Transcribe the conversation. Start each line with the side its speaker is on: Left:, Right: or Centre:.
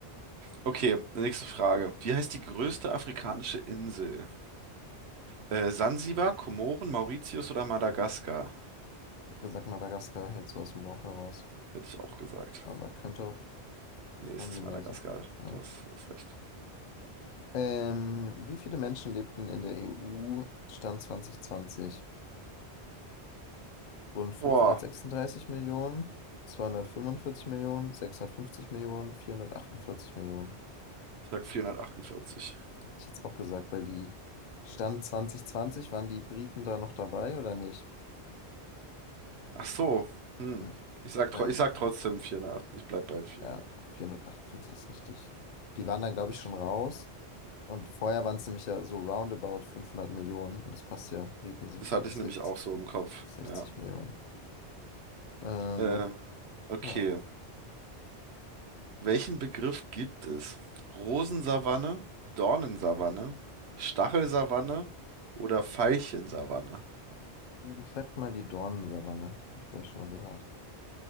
Right: Okay, nächste Frage. Wie heißt die größte afrikanische Insel? Äh, Sansibar, Komoren, Mauritius oder Madagaskar?
Left: Ich hätte gesagt Madagaskar, jetzt so aus dem Bauch heraus.
Right: Hätte ich auch gesagt.
Left: Aber könnte auch
Right: Nee, es
Left: Sansibar
Right: ist Madagaskar.
Left: sein. Ja.
Right: Du hast, du hast recht.
Left: Ähm, wie viele Menschen lebten in der EU Stand 2020? Rund fünfhundertsechsunddreißig
Right: Boah,
Left: Millionen, 245 Millionen, 650 Millionen, 448 Millionen.
Right: ich sag 448.
Left: Hätte ich jetzt auch gesagt, weil die Stand 2020, waren die Briten da noch dabei oder nicht?
Right: Ach so, hm.
Left: Hm,
Right: Ich sag,
Left: Weil
Right: tro- ich sag trotzdem 408. Ich bleib bei 400.
Left: Ja, 448 ist richtig. Die waren dann, glaube
Right: Nice.
Left: ich, schon raus. Und vorher waren es nämlich ja so roundabout 500 Millionen. Und das passt ja. Briten sind,
Right: Das
Left: glaube
Right: hatte
Left: ich,
Right: ich nämlich
Left: 60,
Right: auch so im Kopf.
Left: 60
Right: Ja.
Left: Millionen. Ähm,
Right: Ähm, okay.
Left: ja,
Right: Welchen Begriff gibt es? Rosensavanne, Dornensavanne, Stachelsavanne oder Veilchensavanne?
Left: ich sag mal die Dornensavanne. Das habe ich, glaube ich, schon mal gehört.